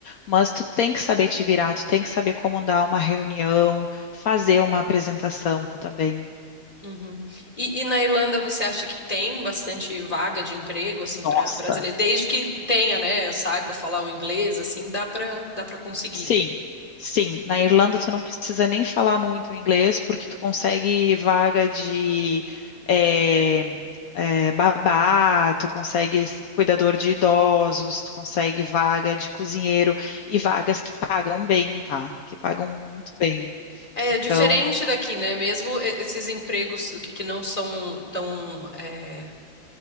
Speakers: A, on the left (about 70°); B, on the left (about 25°).
A: mas tu tem que saber te virar, tu tem que saber comandar uma reunião, fazer uma apresentação também.
B: Uhum. E, e na Irlanda você acha que tem bastante vaga de emprego assim para
A: Nossa.
B: brasileiro? Desde que tenha, né, saiba falar o inglês, assim, dá para dá para conseguir.
A: Sim, sim. Na Irlanda tu não precisa nem falar muito inglês porque tu consegue vaga de eh, eh, babá, tu consegue s- cuidador de idosos, tu consegue vaga de cozinheiro e vagas que pagam bem, tá? Que pagam muito bem.
B: É
A: Então,
B: diferente daqui, né? Mesmo e- esses empregos que que não são tão, é,